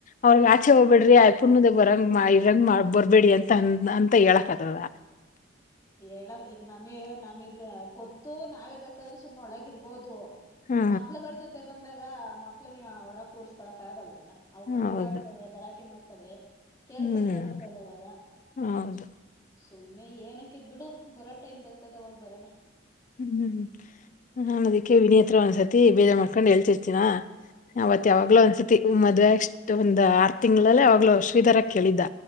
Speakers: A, on the left; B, on the left.
A: ಅವ್ರಗ್ ಆಚೆ ಹೋಗ್ಬಿಡ್ರಿ ಆಯಪ್ಪುನ್ ಮುಂದೆ ಬರಂಗ್ ಮಾ ರಂಗ್ ಮಾಡ್ ಬರ್ಬೇಡಿ ಅಂತ ಅ ಅಂತ ಹೇಳಕ್ಕಾದದ.
B: ಹೇಳ ಈಗ ನಮಿ ನಮಗ್ ಗೊತ್ತು ನಾವೇ ಬೇಕಾದ್ರೆ ಸುಮ್ಮ್ನೆ ಒಳಗಿರ್ಬೋದು.
A: ಹಾ
B: ಮಕ್ಳುಗಳ ಜೊತೆ ಬಂದಾಗ್ ಗಾ ಮಕ್ಳ ನೀ ಒಳಗ್ ಕೂರ್ಸ್ಕಳಕ್ ಆಗಲ್ವಲ್ಲ. ಅವು ಕೂಗಾಡ್ತವೆ
A: ಹೌದು
B: ಗಲಾಟಿ ಮಾಡ್ತ್ ತವೆ. ಕೇಳ್ಸೆ
A: ಹ್ಮ್
B: ಕೇಳಸ್ತಾದವಾಗ.
A: ಹೌದು
B: ಸುಮ್ನೆ ಏನಕ್ ಕ್ಕೆ ಬಿಡು ಬರ ಟೈಮ್ ಬರ್ತದ ಅವಾಗ ಬರೋಣ.
A: ಹ್ಮ್ ಹ್ಮ್ ನಾನ್ ಅದಕ್ಕೆ ವಿನಿ ಹತ್ರ ಒಂದ್ಸತಿ ಬೇರೆ ಮಕ್ಕಂಡ ಹಳ್ತಿರ್ತೀನ.
B: ಹ್ಮ್.
A: ಅವತ್ ಯಾವಾಗ್ಲೂ ಅನ್ಸಿ ಮದ್ವೆ ಅಷ್ಟು ಒಂದ್ ಆರ್ ತಿಂಗಳಲ್ಲೇ ಅವಾಗ್ಲೂ ಶ್ರೀಧರ ಕೇಳಿದ್ದ.